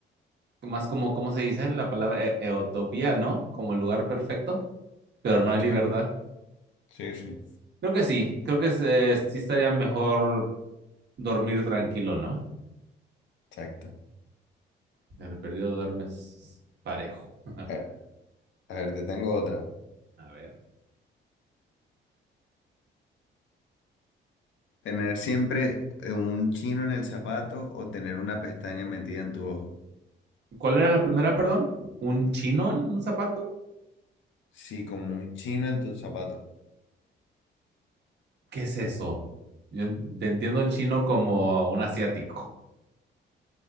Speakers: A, on the right (about 60°); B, on the left (about 75°).
A: más como, ¿cómo se dice la palabra? E- eutopía, ¿no? Como el lugar perfecto, pero no hay libertad.
B: Sí. Sí, sí.
A: Creo que sí, creo que es, eh, sí estaría mejor dormir tranquilo, ¿no?
B: Exacto.
A: De perdido duermes parejo. <laughs>
B: A ver, a ver, te tengo otra.
A: A ver.
B: ¿Tener siempre eh, un chino en el zapato o tener una pestaña metida en tu ojo?
A: ¿Cuál era la primera, perdón? ¿Un chino en un zapato?
B: Sí, como un chino en tu zapato.
A: ¿Qué es eso? Yo te entiendo chino como un asiático.